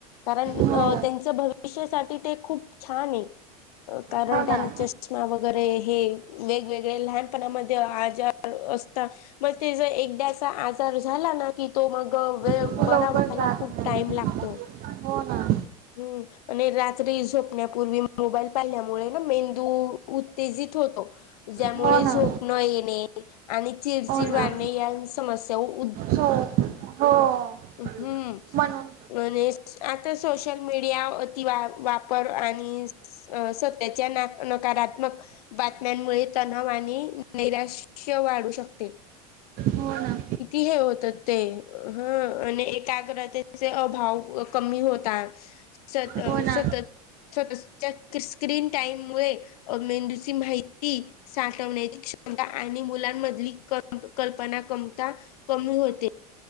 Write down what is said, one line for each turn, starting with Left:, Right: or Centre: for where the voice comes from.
Left: कारण
Right: हो
Left: अ त्यांच भविष्यासाठी ते खूप छान हे कारण
Right: हो
Left: त्यानचे
Right: ना
Left: सु छया वगैरे हे वेगवेगळे लहानपणामध्ये आजार असतात मग ते ज एकदासा आजार झाला ना कि तो मग अ वेळ
Right: तो
Left: बरा
Right: लवकर
Left: व्हायला
Right: जात
Left: खूप
Right: नाही
Left: टाइम लाग तो
Right: हो ना
Left: हम आणि रात्री झोपण्यापूर्वी मोबाईल पाहील्यामुळे में तु उत्तेजित होतो ज्यामुळे
Right: हो ना
Left: झोप न येणे आणि चिडचिड
Right: ना
Left: वाणे यान समस्या <unintelligible>
Right: हो हो <unintelligible>
Left: हम्
Right: म्हणून
Left: आणि आता सोशल मीडिया अतिवा वापर आणि सत्याच्या ना नकारात्मक बातम्यांमुळे तणाव आणि नैराश्य वाढू शकते.
Right: हो ना
Left: किती हे होत ते हं आणि एकाग्रतेचे अभाव कमी होता सतत अ
Right: हो ना
Left: सतत स्वता च्या क्रीस स्क्रीन टाइम मुळे अ मेंदूची माहिती साठवण्याची क्षमता आणि मुलांमधली क कल्पना कमी ता कमी होते